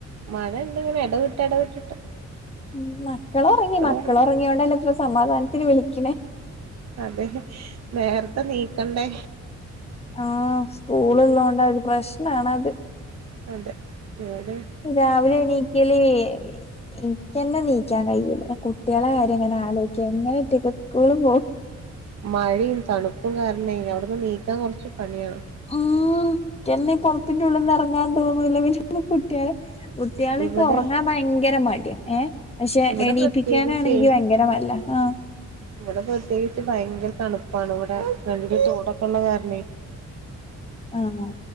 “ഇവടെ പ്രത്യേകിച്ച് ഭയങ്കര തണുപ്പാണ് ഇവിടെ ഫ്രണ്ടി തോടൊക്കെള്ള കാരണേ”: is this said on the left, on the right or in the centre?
Right